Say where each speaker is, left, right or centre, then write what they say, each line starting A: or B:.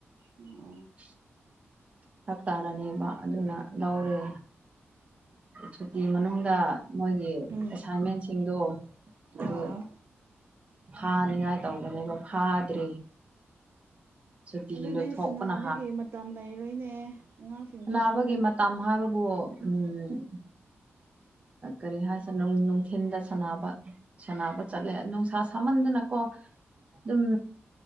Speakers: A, on the right (about 55°); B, on the right (about 30°).
A: <unintelligible>
B: <inaudible> ꯇꯥꯔꯅꯦꯕ ꯑꯗꯨꯅ ꯂꯧꯔꯦ ꯁꯨꯇꯤ ꯃꯅꯨꯡꯗ ꯃꯣꯏꯒꯤ
A: ꯎꯝ
B: ꯑꯦꯁꯥꯏꯟꯃꯦꯟꯁꯤꯡꯗꯣ ꯑꯗꯨ
A: ꯑꯥ
B: ꯐꯥꯅꯤꯡꯉꯥꯏ ꯇꯧꯕꯅꯦꯕ ꯐꯥꯗ꯭ꯔꯤ ꯁꯨꯇꯤ
A: ꯑꯗꯨꯗꯤ
B: ꯂꯣꯏꯊꯣꯛꯄꯅ
A: ꯁꯥꯟꯅꯕꯒꯤ ꯃꯇꯝ ꯂꯩꯔꯣꯏꯅꯦ ꯑꯉꯥꯡꯁꯤꯡꯗꯣ
B: ꯁꯥꯟꯅꯥꯕꯒꯤ ꯃꯇꯝ ꯍꯥꯏꯕꯕꯨ ꯎꯝ ꯀꯔꯤ ꯍꯥꯏꯁꯤꯔ ꯅꯨꯡꯊꯤꯟꯜꯗ ꯁꯥꯟꯅꯕ ꯁꯥꯟꯅꯕ ꯆꯠꯂꯦ ꯅꯨꯡꯁꯥ ꯁꯥꯝꯃꯟꯗꯅꯀꯣ ꯑꯗꯨꯝ